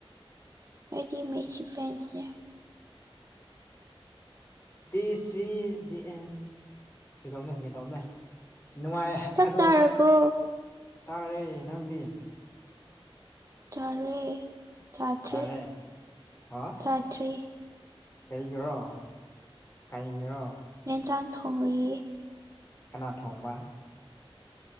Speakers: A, on the right; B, on the left.
A: ꯑꯩꯗꯤ ꯃꯩꯁꯤ ꯐꯦꯟꯁꯅꯦ
B: ꯗꯤꯁ ꯏꯁ ꯗꯤ ꯑꯦꯟ ꯐꯒꯤ ꯇꯧꯕꯅꯦ ꯐꯒꯤ ꯇꯧꯕꯅꯦ ꯅꯨꯡꯉꯥꯏ
A: ꯆꯥꯛ
B: ꯑꯗꯣ
A: ꯆꯥꯔꯕꯣ
B: ꯆꯥꯔꯦ ꯅꯪꯗꯤ
A: ꯆꯥꯔꯦ ꯆꯥꯇ꯭ꯔꯤ
B: ꯆꯥꯔꯦ ꯍꯣ
A: ꯆꯥꯇ꯭ꯔꯤ
B: ꯀꯩꯒꯤꯔꯣ ꯀꯩꯒꯤꯔꯣ
A: ꯌꯦꯟꯖꯥꯡ ꯊꯣꯡꯔꯤ
B: ꯀꯅꯥ ꯊꯣꯡꯕ